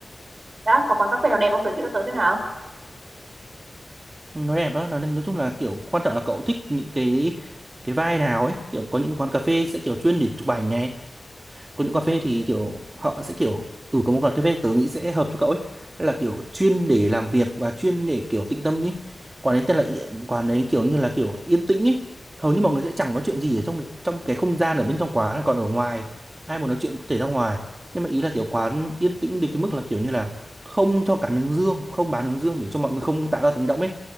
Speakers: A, on the right; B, on the right.
A: Đã, có quán cà phê nào đẹp không giới thiệu cho tớ xem nào?
B: nó đẹp đó nói, nói chung là kiểu quan trọng là cậu thích những cái cái vibe nào ấy kiểu có những quán cà phê sẽ kiểu chuyên để chụp ảnh này Còn những cà phê thì kiểu họ sẽ kiểu ừ có một quán cà phê tớ nghĩ sẽ hợp cho cậu ấy là kiểu chuyên để làm việc và chuyên để kiểu tĩnh tâm ấy. Quán ấy tên là Yên- quán ấy kiểu như là kiểu yên tĩnh ấy. Hầu như mọi người sẽ chẳng nói chuyện gì ở trong trong cái không gian ở bên trong quán còn ở ngoài ai muốn nói chuyện có thể ra ngoài. Nhưng mà ý là kiểu quán yên tĩnh đến cái mức là kiểu như là không cho cả hướng dương, không bán hướng dương để cho mọi người không tạo ra tiếng động ấy